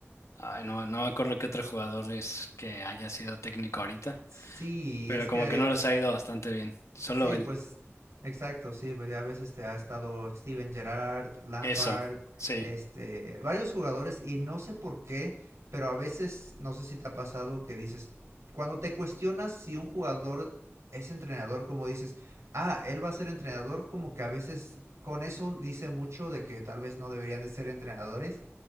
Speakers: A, on the left; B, on the right.
A: Ay, no, no me acuerdo qué otro jugador es que haya sido técnico ahorita,
B: Sí,
A: pero
B: es
A: como
B: que hay,
A: que no les ha ido bastante bien. Solo
B: Sí,
A: él.
B: pues exacto, sí, pues ya ves, este, ha estado Steven Gerrard, Lampard,
A: Eso, sí,
B: este, varios jugadores y no sé por qué, pero a veces, no sé si te ha pasado que dices, cuando te cuestionas si un jugador es entrenador, como dices, ah, él va a ser entrenador, como que a veces con eso dice mucho de que tal vez no deberían de ser entrenadores,